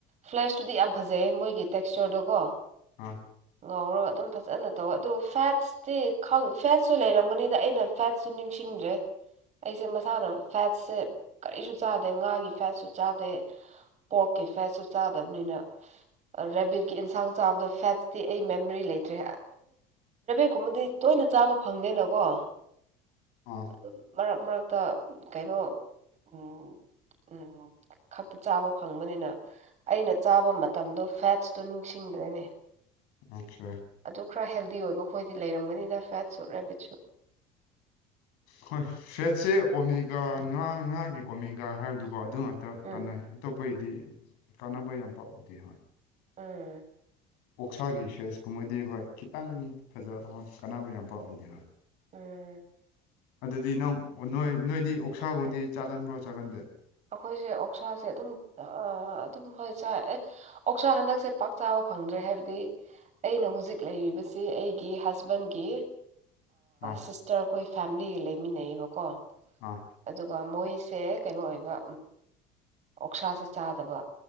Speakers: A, on the right (about 45°); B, on the left (about 75°).
A: ꯐ꯭ꯂꯦꯁꯇꯨꯗꯤ ꯌꯥꯝ ꯐꯖꯩꯌꯦ ꯃꯣꯏꯒꯤ ꯇꯦꯛꯁꯆꯔꯗꯨꯣ ꯀꯣ
B: ꯑꯥ
A: ꯉꯧꯔꯒ ꯑꯗꯨꯝ ꯐꯖꯅ ꯇꯧꯋꯦ ꯑꯗꯨꯒ ꯐꯦꯠꯁ ꯐꯦꯠꯁꯨ ꯂꯩꯔꯝꯒꯅꯤꯗ ꯑꯩꯅ ꯐꯦꯠꯁꯨ ꯅꯤꯡꯁꯤꯡꯗ꯭ꯔꯦ ꯑꯩꯁꯦ ꯃꯁꯥꯅ ꯐꯦꯠꯁꯦ ꯀꯔꯤꯁꯨ ꯆꯥꯗꯦ ꯉꯥꯒꯤ ꯐꯦꯠꯁꯨ ꯆꯥꯗꯦ ꯄꯣꯛꯀꯤ ꯐꯦꯠꯁꯨ ꯆꯥꯗꯕꯅꯤꯅ ꯔꯦꯕꯤꯠꯀꯤ ꯏꯟꯁꯥꯡ ꯆꯥꯕꯗꯣ ꯐꯦꯠꯁꯇꯤ ꯑꯩ ꯃꯦꯃꯣꯔꯤ ꯂꯩꯇ꯭ꯔꯦ <unintelligible> ꯀꯨꯝꯕꯗꯤ ꯇꯣꯏꯅ ꯆꯥꯕ ꯐꯪꯗꯦꯅꯀꯣ
B: ꯑꯥ
A: ꯑꯗꯨꯝ ꯃꯔꯛ ꯃꯔꯛꯇ ꯀꯩꯅꯣ ꯎꯝ ꯎꯝ ꯈꯛꯇ ꯆꯥꯕ ꯐꯪꯕꯅꯤꯅ ꯑꯩꯅ ꯆꯥꯕ ꯃꯇꯝꯗꯣ ꯐꯦꯠꯁꯇꯨ ꯅꯤꯡꯁꯤꯡꯗ꯭ꯔꯦꯅꯦ
B: ꯑꯣꯀꯦ
A: ꯑꯗꯨ ꯈꯔ ꯍꯦꯜꯗꯤ ꯑꯣꯏꯕ ꯈꯈꯣꯏꯗꯤ ꯂꯩꯔꯝꯒꯅꯤꯅ ꯐꯦꯠꯁꯨ ꯔꯦꯄꯤꯠꯁꯨ
B: ꯍꯣꯏ ꯐꯦꯠꯁꯦ ꯑꯣꯃꯦꯒꯥ ꯉꯥ ꯉꯥꯒꯤ ꯑꯣꯃꯦꯒꯥ ꯍꯥꯏꯕꯗꯨ ꯀꯣ ꯑꯗꯨ ꯉꯥꯛꯇ
A: ꯎꯝ
B: ꯀꯥꯟꯅꯩ ꯑꯇꯣꯞꯄꯒꯤꯗꯤ ꯀꯥꯟꯅꯕ ꯌꯥꯝ ꯄꯥꯎ ꯌꯥꯎꯗꯦ ꯍꯣꯏ
A: ꯎꯝ
B: ꯑꯣꯛꯁꯥꯒꯤ ꯁꯦꯁ ꯀꯨꯝꯕꯗꯤ ꯍꯣꯏ ꯈꯤꯇꯪ ꯐꯖꯕ ꯍꯣꯏ ꯀꯥꯟꯅꯕ ꯌꯥꯝ ꯄꯥꯎꯗꯦ ꯍꯣꯏ
A: ꯎꯝ
B: ꯑꯗꯨꯗꯤ ꯅꯪ ꯅꯣꯏ ꯅꯣꯏꯗꯤ ꯑꯣꯛꯁꯥꯒꯨꯝꯗꯤ ꯆꯥꯒꯟꯕ꯭ꯔꯣ ꯆꯥꯒꯟꯗꯦ
A: ꯑꯩꯈꯣꯏꯁꯦ ꯑꯣꯛꯁꯥꯁꯦ ꯑꯗꯨꯝ ꯑꯗꯨꯝ ꯍꯣꯏ ꯆꯥꯏ ꯑꯦ ꯑꯣꯛꯁꯥ ꯍꯟꯗꯛꯁꯦ ꯄꯥꯛ ꯆꯥꯕ ꯐꯪꯗ꯭ꯔꯦ ꯍꯥꯏꯕꯗꯤ ꯑꯩꯅ ꯍꯧꯖꯤꯛ ꯂꯩꯔꯤꯕꯁꯤ ꯑꯩꯒꯤ ꯍꯁꯕꯦꯟꯒꯤ
B: ꯑꯥ
A: ꯁꯤꯁꯇꯔ ꯑꯩꯈꯣꯏ ꯐꯦꯃꯤꯂꯤꯒ ꯂꯩꯃꯤꯟꯅꯩꯑꯦꯕꯀꯣ
B: ꯑꯥ
A: ꯑꯗꯨꯒ ꯃꯣꯏꯁꯦ ꯀꯩꯅꯣ ꯑꯣꯏꯕ ꯑꯣꯛꯁꯥꯁꯦ ꯆꯥꯗꯕ